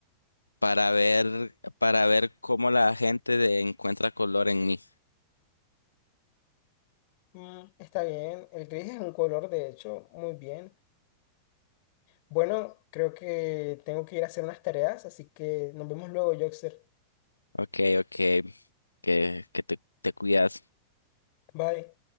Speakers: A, on the left; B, on the left.
A: para ver, para ver cómo la gente de- encuentra color en mí.
B: Mm, está bien, el gris es un color, de hecho, muy bien. Bueno, creo que tengo que ir a hacer unas tareas, así que nos vemos luego, Joxer.
A: Ok, ok, que, que te, te cuidas.
B: Bye.